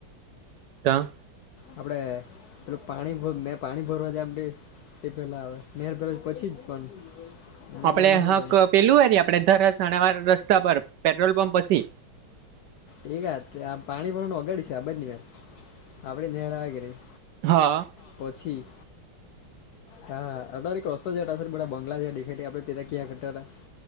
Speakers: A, on the right; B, on the left.
A: કા.
B: આપડે પેલું પાણી ભ મેં પાણી ભરવા જામ બે તે પેલા આવે નેર કરે પછી જ પણ
A: આપડે
B: મને હું
A: હાક
B: કે
A: પેલું હોય આપડે ધરસણાવાર રસ્તા પર પેટ્રોલ પંપ પછી
B: ન એક આ પાણી ભર ઓગાડી છે આ બજની વાત <inaudible> આપડ નેળ વાગે નહી
A: હા.
B: પછી. હા અ રસ્તો છે હતા બધા બંગલા છે દેખા આપડે તેના ક્યાં કરતા હતા